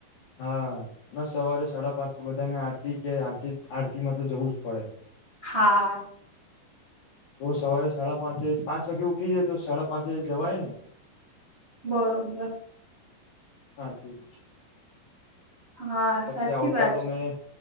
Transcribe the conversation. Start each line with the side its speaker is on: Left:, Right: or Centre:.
Left: હા ના સવારે સાડા પાંચ થી બધાને આરતી કે આરતી આરતી માં તો જવું જ પડે.
Right: હા.
Left: તો સવારે સાડા પાંચે પાંચ વાગે ઉઠી જાય તો સાડા પાંચે જવાય ને.
Right: બરોબર.
Left: આરતીમાં
Right: હા
Left: પછી
Right: સાચી
Left: આવતા
Right: વાત
Left: તો
Right: છે
Left: મેં